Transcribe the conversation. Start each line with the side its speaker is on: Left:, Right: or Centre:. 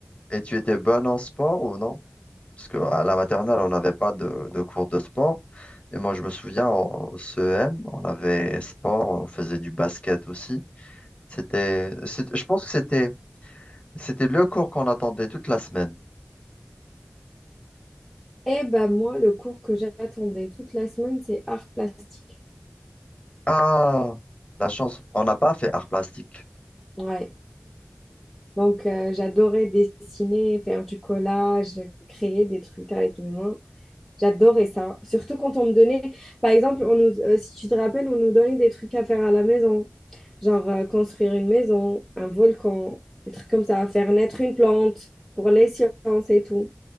Left: et tu étais bonne en sport ou non? Parce que à la maternelle, on n'avait pas de, de cours de sport. Et moi, je me souviens, au au CEM, on avait sport, on faisait du basket aussi. C'était, c'est- je pense que c'était, c'était le cours qu'on attendait toute la semaine.
Centre: Eh ben moi, le cours que j'attendais toute la semaine, c'est art plastique.
Left: Ah, la chance, on n'a pas fait art plastique.
Centre: Ouais. Donc euh, j'adorais dessiner, faire du collage, créer des trucs avec mes mains. J'adorais ça. Surtout quand on me donnait, par exemple, on nous, euh, si tu te rappelles, on nous donnait des trucs à faire à la maison, genre euh, construire une maison, un volcan, des trucs comme ça, faire naître une plante pour les sciences et tout.